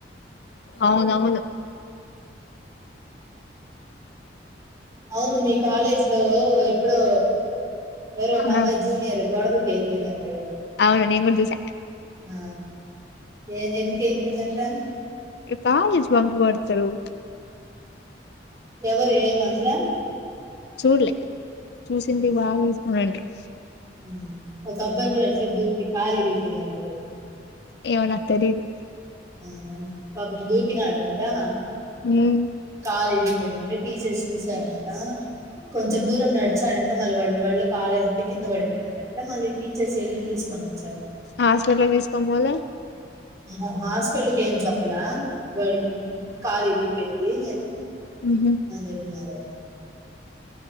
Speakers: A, on the left; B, on the right.
A: అవునవును
B: అవును మీ కాలేజ్ లో ఎవ ఎప్పుడో ఎవరొ ఒక
A: ఆ
B: అమ్మాయి జూనియర్ గొడ దూకి ఎళ్ళిపొయిందట గదా
A: అవును నెన్ గుడ జుసా
B: ఆ ఏది ఎందుక్ ఎళ్ళిపోయిందంట?
A: ఇ కాలేజ్ బంక్ కొడ్తరు
B: ఎవరేమన్ల
A: చూడ్లే చూసుంటె బాగా ఎసుకునుంట్రు
B: ఉమ్ ఒక అబ్బాయి గూడ సిద్ధుకి కాలి ఇరిగిపోయిందంట గదా
A: ఏమో నాకు తెలీదు
B: ఆహా పాపం దూకి నాడంటా
A: ఉమ్
B: కాల్ ఇరిగిపోయిందంట టీచర్స్ చూసారంటా కొంచెం దూరం నడిచాడంట మళ్ళ వాళ్ళు వాళ్ళ కాలేదంటె కింద పడిపోయినాడంట మళ్ళీ టీచర్స్ ఎళ్ళి తీసుకొని ఒ
A: హాస్పటల్ తీసుకొన్ పొలె
B: అహ హాస్పిటల్కి ఏం చెప్పలా వాడికి కాలు ఇరిగిపోయింది
A: ఉహు
B: అని చెప్పినారంతె